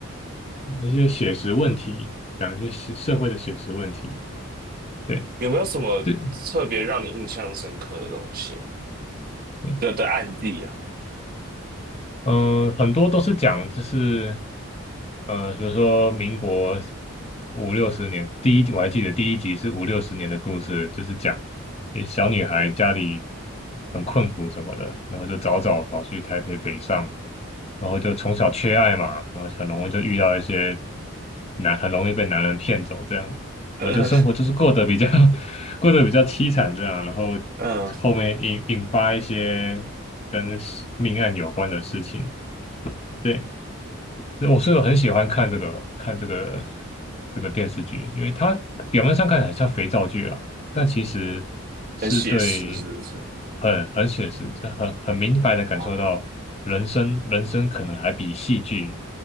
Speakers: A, on the left; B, on the right.
A: 一些写实问题，讲一些社社会的写实问题。对
B: 有没有什么特别让你印象深刻的东西啊？
A: 对对，
B: 的的案例啊？
A: 嗯，很多都是讲就是，呃，比如说民国五六十年，第一集我还记得第一集是五六十年的故事，就是讲一小女孩家里很困苦什么的，然后就早早跑去台北北上，然后就从小缺爱嘛，然后很容易就遇到一些男，很容易被男人骗走这样子，然后就生活就是过得比较
B: <laughs>
A: <laughs> 过得比较凄惨这样，然后
B: 嗯，
A: 后面引引发一些跟命案有关的事情。对，那我是很喜欢看这个看这个这个电视剧，因为它表面上看起来像肥皂剧啊，但其实是对
B: 很写实，是不是？
A: 很很写实，这很很明白的感受到人生人生可能还比戏剧
B: 哦